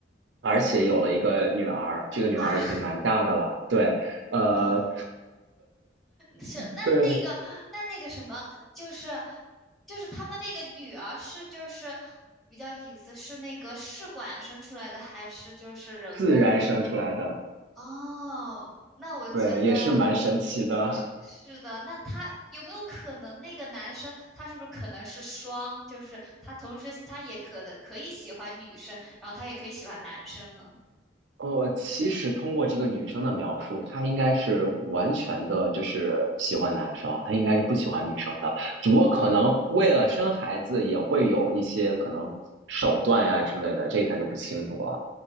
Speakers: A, on the right; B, in the centre.
A: 而且有了一个女儿，这个女儿已经蛮大的了，
B: 啊，
A: 对，呃，
B: 啊是那那个那那个什么，
A: <laughs> 对，
B: 就是就是他们那个女儿是就是比较隐私，是那个试管生出来的，还是就是人工？
A: 自然生出来的，
B: 哦，那我觉得
A: 对，也是蛮神奇的。
B: 是的。那他有没有可能那个男生他是不是可能是双，就是他同时他也可能可以喜欢女生，然后他也可以喜欢男生呢？
A: 哦，其实通过这个女生的描述，她应该是完全的，就是喜欢男生，她应该是不喜欢女生的。只不过可能为了生孩子，也会有一些可能手段呀之类的，这咱就不清楚了。